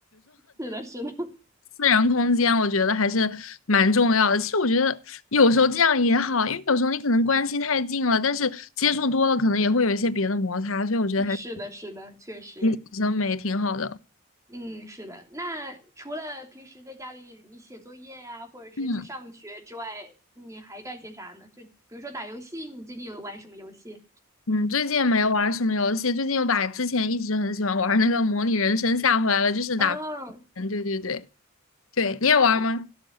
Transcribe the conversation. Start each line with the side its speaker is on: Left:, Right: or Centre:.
Right: 是的，是的，
Left: 私人空间，我觉得还是蛮重要的。其实我觉得有时候这样也好，因为有时候你可能关系太近了，但是接触多了，可能也会有一些别的摩擦，所以我觉得还是
Right: <laughs> 是的，是的，确实，
Left: 心理健美挺好的。
Right: 嗯，是的。那除了平时在家里你写作业呀、或者是去上学之外，
Left: 嗯
Right: 你还干些啥呢？就比如说打游戏，你最近有玩什么游戏？
Left: 嗯，最近也没玩什么游戏，最近又把之前一直很喜欢玩那个模拟人生下回来了，就是打
Right: 嗯。
Left: <laughs>，嗯，对对对对，你也玩吗？